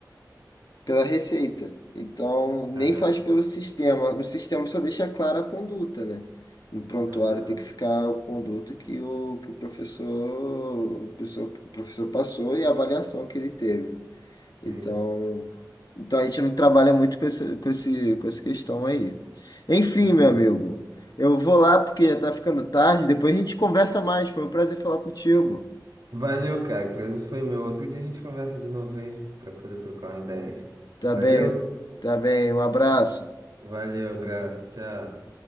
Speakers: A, on the left; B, on the right.
A: pela receita. Então, nem
B: Aham,
A: faz pelo sistema. No sistema só deixa clara a conduta, né? No prontuário
B: aham.
A: tem que ficar a conduta que o, que o professor, o pessoa- o professor passou e a avaliação que ele teve. né? Então,
B: Sim,
A: então a gente não trabalha muito com esse, com esse, com essa questão aí. Enfim,
B: entendi.
A: meu amigo, eu vou lá porque já tá ficando tarde, depois a gente conversa mais. Foi um prazer falar contigo.
B: Valeu, cara. O prazer foi meu. Outro dia a gente conversa de novo aí, para poder trocar uma ideia aí.
A: Tá
B: Valeu?
A: bem, tá bem, um abraço.
B: Valeu, abraço, tchau.